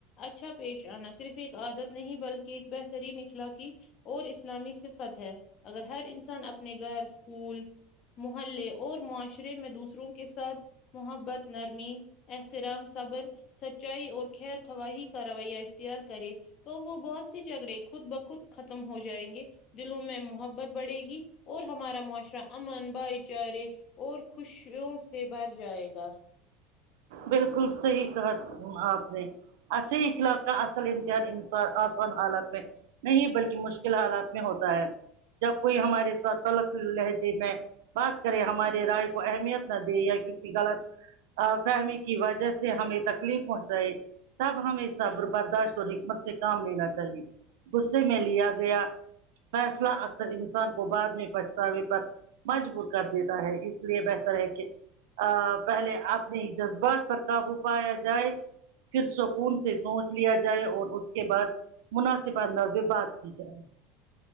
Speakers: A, on the left (about 35°); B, on the right (about 80°).
A: اچھا پیش آنا صرف ایک عادت نہیں بلکہ ایک بہترین اخلاقی اور اسلامی صفت ہے اگر ہر انسان اپنے گھر اسکول محلے اور معاشرے میں دوسروں کے ساتھ محبت نرمی احترام صبر سچائی اور خیر خواہی ک رویا اختیار کرے تو وہ بہت سے جھگڑے خود بخود ختم ہو جائیں گے دلوں میں محبت بڑھے گی اور ہمارا معاشرہ امن بئی چارے اور خوشوں سے بھر جائے گا
B: بالکل صحی کہا آپ نے اچھا اخلاق کا اصل امتحان اسان آسان حالت میں نہیں بلکہ مشکل حالات میں ہوتا ہے جب کوئی ہمارے ساتھ تلخ لہجے میں بات کریں ہماری رائے کو اہمیت نہ دے یا کسی غلط فہمی کی وجہ سے ہمیں تکلیف پہنچائے تب ہمیں صبر برداشت اور حکمت سے کام لینا چاہیے غصے میں لیا گیا فیصلہ اکثر انسان کو بعد میں پچھتاوے پر مجبور کر دیتا ہے اس لیے بہتر ہے کہ پہلے آپ جذبات پر قابو پایا جائے پھر سکون سے سوچ لیا جائے اور اس کے بعد مناسب انداز سے بات کی جائے